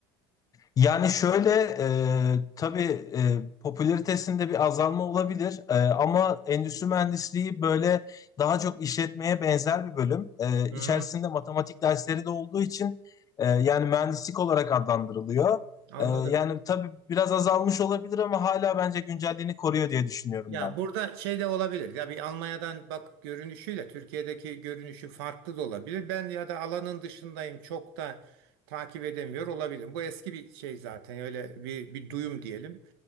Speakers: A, on the left (about 30°); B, on the right (about 85°).
A: Yani şöyle e, tabii e, popülaritesinde bir azalma olabilir E, ama endüstri mühendisliği böyle daha çok işletmeye benzer bir bölüm. E,
B: Hı,
A: içerisinde
B: hı.
A: matematik dersleri de olduğu için e, yani mühendislik olarak adlandırılıyor.
B: anladım.
A: E, yani tabii biraz azalmış olabilir ama hala bence güncelliğini koruyor diye düşünüyorum
B: Ya
A: ben.
B: burada şey de olabilir. Ya bir Almanya'dan bak görünüşüyle Türkiye'deki görünüşü farklı da olabilir. Ben ya da alanın dışındayım. Çok da takip edemiyor olabilirim. Bu eski bir şey zaten. Öyle bir, bir duyum diyelim.